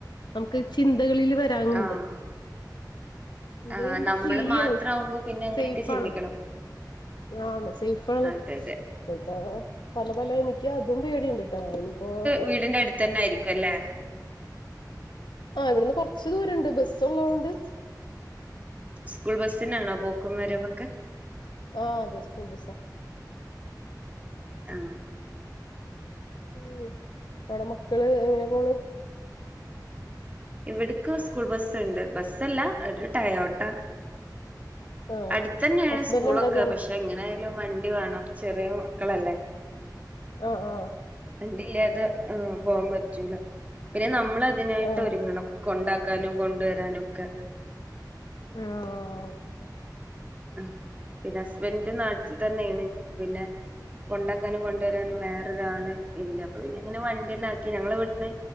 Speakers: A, on the left; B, on the right.
A: നമുക്ക് ചിന്തകളില് വരാന്ണ്ട്
B: ആഹ്
A: ഇത്
B: ആ
A: ചെയ്യുമ്പോ
B: നമ്മള്
A: ഫ്രീ
B: മാത്രാവുമ്പോ
A: ആണ്.
B: പിന്നെ അങ്ങനെയൊക്കെ
A: സെയ്ഫാണ്.
B: ചിന്തിക്കണം
A: ആഹ് ആണ് സെയ്ഫാണ്.
B: അതെ അതെ
A: ഇപ്പഴത്തെ പല പല നി യ്ക്കതും പേടിണ്ട് ട്ടോ നിപ്പോ
B: വീടിന്റടുത്തെന്നായിരിക്കു അല്ലെ?
A: ആഹ് ഇവിടുന്ന് കൊർച്ച് ദൂര ണ്ട് ബസ്സ് ള്ളോണ്ട്
B: സ്കൂൾ ബസ്സിനാണോ പോക്കും വരവൊക്കെ?
A: ആഹ് അതെ സ്കൂൾ ബസ്സാ.
B: ആഹ്
A: <inaudible> ഓള മക്കള് എങ്ങനെ പോണ്?
B: ഇവിട്ക്ക് സ്കൂൾ ബസ്സുണ്ട്. ബസ്സല്ല ഒരു ടയോട്ട.
A: ആഹ്
B: അടുത്തെന്നെയാണ്
A: ഹസ്ബൻഡ്
B: സ്കൂളൊക്കെ
A: എന്താ ചെയ്യണ്
B: പഷ് തെങ്ങനായാലും വണ്ടി വേണം ചെറിയ മക്കളല്ലേ.
A: ആഹ് ആഹ്
B: വണ്ടിയില്ലാതെ പോകാൻ പറ്റൂല പിന്നെ നമ്മളതിനായിട്ടൊ
A: ആഹ്
B: രുങ്ങണം. കൊണ്ടാക്കാനും കൊണ്ടുവരാനും ഒക്കെ.
A: ആഹ് <inaudible>
B: അഹ് പിന്നസ്ബൻഡ് നാട്ടിൽ തന്നെയാണ് പിന്നെ കൊണ്ടാക്കാനും കൊണ്ടുവരാനും വേ റൊരാള് ഇല്ല അപ്പ പിന്ന ഇങ്ങനെ വണ്ട്യെന്നാക്കി ഞങ്ങള് വീട്ട്ന്ന്